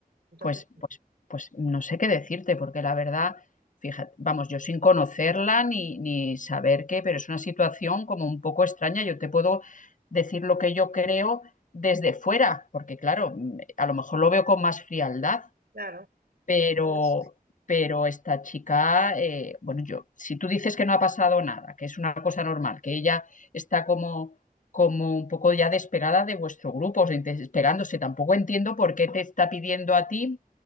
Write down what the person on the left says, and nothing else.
Pues, pues, pues no sé qué decirte, porque la verdad, fíjate, vamos, yo sin conocerla ni, ni saber qué, pero es una situación como un poco extraña. Yo te puedo decir lo que yo creo desde fuera, porque claro, a lo mejor lo veo con más frialdad,
pero,
pero esta chica, eh, bueno, yo, si tú dices que no ha pasado nada, que es una cosa normal, que ella está como, como un poco ya desesperada de vuestro grupo, o sea, desesperándose, tampoco entiendo por qué te está pidiendo a ti,